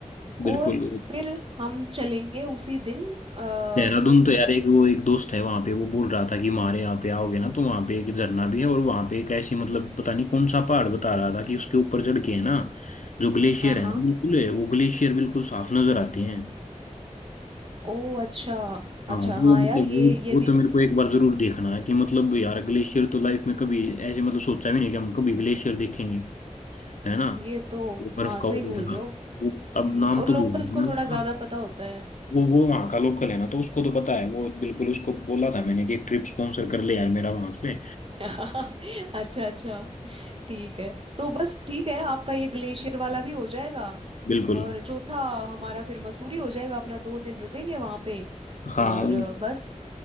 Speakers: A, on the right (about 45°); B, on the left (about 70°).
A: और
B: बिल्कुल
A: फिर हम चलेंगे उसी दिन अ,
B: देहरादून
A: मसूरी
B: तो यार एक वो एक दोस्त है वहां पे वो बोल रहा था कि हमारे यहाँ पे आओगे ना तो वहां पे एक झरना भी है और वहां पे एक ऐसी मतलब पता नहीं कौन सा पहाड़ बता रहा था कि उसके ऊपर चढ़ के है ना जो ग्लेशियर
A: हाँ हाँ
B: है ना बिल्कुल है, वो ग्लेशियर बिल्कुल साफ नजर आते हैं
A: ओ अच्छा
B: हाँ
A: अच्छा
B: वो
A: हाँ
B: मतलब
A: यार ये
B: वो
A: ये
B: वो
A: भी
B: तो मेरे को एक बार जरूर देखना है कि मतलब यार ग्लेशियर तो लाइफ में कभी ऐसे मतलब सोचा भी नहीं कि हम कभी ग्लेशियर देखेंगे है ना
A: ये तो
B: वो बर्फ
A: हाँ सही
B: का वो देखना
A: बोल रहे हो
B: वो अब
A: हम्म
B: नाम
A: और
B: तो
A: लोकल्स
B: भूल गया
A: को
B: मैं
A: थोड़ा
B: उसका
A: ज़्यादा पता होता है
B: वो वो वहाँ का लोकल
A: हम्म।
B: है ना तो उसको तो पता है वो बिल्कुल उसको बोला था मैंने कि ट्रिप स्पॉन्सर कर ले यार मेरा वहां पे
A: <laughs> अच्छा अच्छा ठीक है तो बस ठीक है आपका ये ग्लेशियर वाला भी हो जाएगा
B: बिल्कुल
A: और चौथा हमारा फिर मसूरी हो जाएगा अपना दो दिन रुकेंगे वहाँ पे
B: हाँ
A: और अ, बस